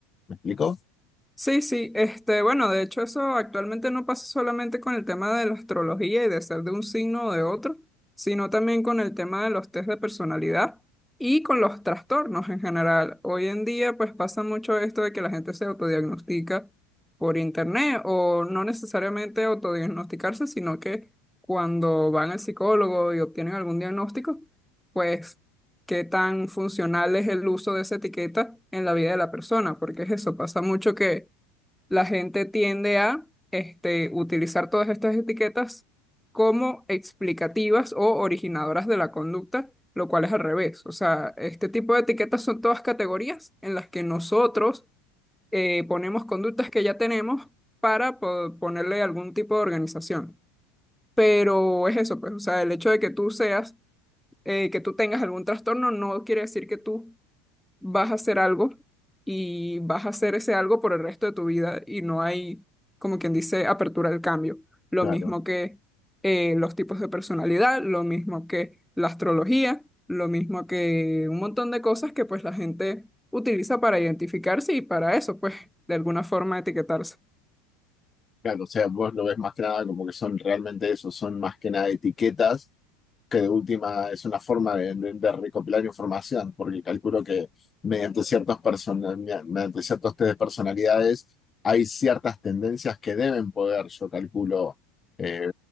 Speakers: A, on the left; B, in the centre.
A: ¿Me explico?
B: Sí, sí, este, bueno, de hecho eso actualmente no pasa solamente con el tema de la astrología y de ser de un signo o de otro, sino también con el tema de los test de personalidad y con los trastornos en general. Hoy en día pues pasa mucho esto de que la gente se autodiagnostica por internet o no necesariamente autodiagnosticarse, sino que cuando van al psicólogo y obtienen algún diagnóstico, pues qué tan funcional es el uso de esa etiqueta en la vida de la persona, porque es eso, pasa mucho que la gente tiende a este, utilizar todas estas etiquetas como explicativas o originadoras de la conducta, lo cual es al revés. O sea, este tipo de etiquetas son todas categorías en las que nosotros eh, ponemos conductas que ya tenemos para po- ponerle algún tipo de organización. Pero es eso, pues, o sea, el hecho de que tú seas, eh, que tú tengas algún trastorno no quiere decir que tú vas a hacer algo y vas a hacer ese algo por el resto de tu vida y no hay, como quien dice, apertura al cambio. Lo
A: Claro.
B: mismo que eh, los tipos de personalidad, lo mismo que la astrología, lo mismo que un montón de cosas que pues la gente utiliza para identificarse y para eso, pues de alguna forma etiquetarse.
A: Claro, o sea, vos lo ves más que nada como que son realmente eso, son más que nada etiquetas, que de última es una forma de, de- de recopilar información, porque calculo que mediante ciertas persona- mediante ciertos test de personalidades hay ciertas tendencias que deben poder, yo calculo, eh,